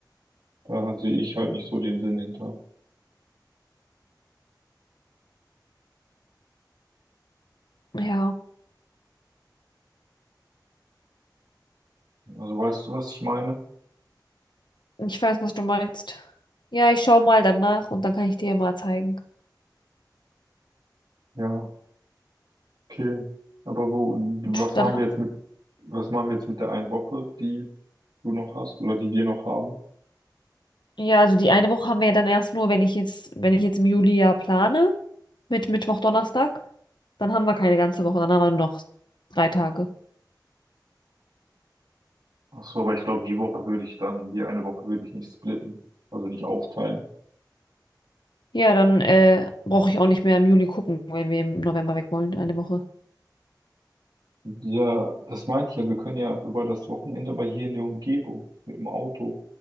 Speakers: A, on the right (about 65°); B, on the left (about 75°).
A: Da sehe ich halt nicht so den Sinn hinter.
B: ja.
A: Also weißt du, was ich meine?
B: Ich weiß, was du meinst. Ja, ich schaue mal danach und dann kann ich dir ja mal zeigen.
A: Ja, okay. Aber wo,
B: Und
A: was machen
B: dann, haben-
A: wir jetzt mit, was machen wir jetzt mit der einen Woche, die du noch hast oder die wir noch haben?
B: ja, also die eine Woche haben wir ja dann erst nur, wenn ich jetzt, wenn ich jetzt im Juli ja plane, mit Mittwoch, Donnerstag, dann haben wir keine ganze Woche, dann haben wir nur noch drei Tage.
A: Ach so, aber ich glaube, die Woche würde ich dann, die eine Woche würde ich nicht splitten, also nicht aufteilen.
B: Ja, dann äh, brauche ich auch nicht mehr im Juli gucken, wenn wir im November weg wollen, eine Woche.
A: Ja, das meinte ich ja, wir können ja über das Wochenende aber hier in der Umgebung mit dem Auto,